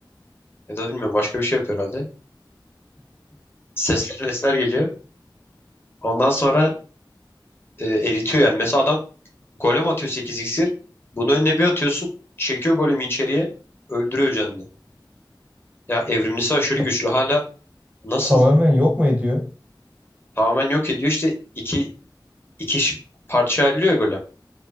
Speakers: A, on the left (about 30°); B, on the right (about 15°).
A: Ya da bilmiyorum başka bir şey yapıyor herhalde. Sesler sesler geliyor. Ondan sonra e, eritiyor yani. Mesela adam golem atıyor 8 iksir. Bunu önüne bir atıyorsun. Çekiyor golemi içeriye. Öldürüyor canını. Ya evrimlisi aşırı
B: Ta-
A: güçlü. Hala nasıl
B: tamamen yok mu ediyor?
A: tamamen yok ediyor. İşte iki, iki ş- parça ayrılıyor ya golem.